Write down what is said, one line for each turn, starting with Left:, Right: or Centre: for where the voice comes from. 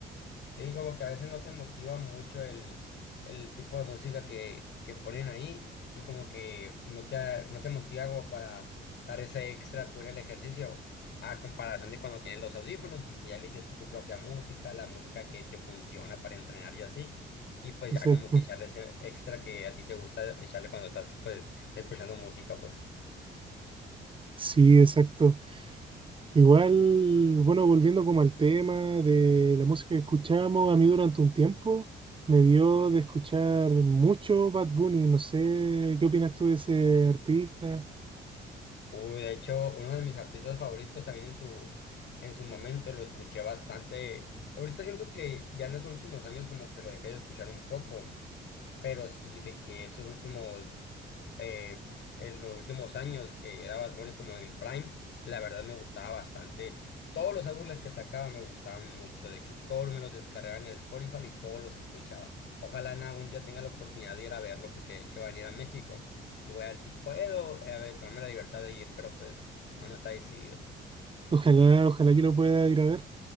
Left: Sí, como que a veces no te motiva mucho el, el tipo de música que, que ponen ahí y como que no te, no te motiva como para dar ese extra tú en el ejercicio a comparación de cuando tienes los audífonos, porque ya eliges tú tu propia música, la música que te funciona para entrenar y así, y pues
Right: Exacto.
Left: ya como que echarle ese extra que a ti te gusta echarle cuando estás pues escuchando música, pues.
Right: Sí, exacto. Igual, bueno, volviendo como al tema de la música que escuchamos, a mí durante un tiempo me dio de escuchar mucho Bad Bunny. No sé, ¿qué opinas tú de ese artista?
Left: Uy, de hecho, uno de mis artistas favoritos también en su, en su momento lo escuché bastante. Ahorita siento que ya en los últimos años como que lo dejé de escuchar un poco, pero sí de que estos últimos eh, en los últimos años que era Bad Bunny como en el Prime, la verdad me gustaba bastante. Todos los álbumes que sacaba me gustaban mucho, de que todos me los descargaban en el Spotify y todos los escuchaba. Ojalá en algún día tenga la oportunidad de ir a verlo, porque de hecho va a venir a México y voy a ver si puedo, eh, a ver, tomarme la libertad de ir, pero pues aún no está decidido.
Right: Ojalá, ojalá que lo pueda ir a ver.